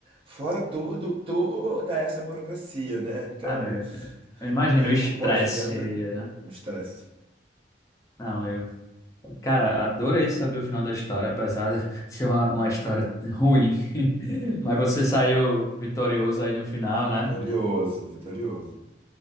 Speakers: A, on the right; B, on the left.
A: Fora todo, toda essa burocracia, né? Então.
B: ah, meu, eu imagino
A: Realmente
B: o estresse,
A: um pós-venda,
B: né?
A: é um estresse.
B: Não, eu, cara, adorei saber o final da história, apesar de <laughs> ser uma, uma história ruim. <laughs> Mas você saiu vitorioso aí no final, né?
A: Vitorioso, vitorioso.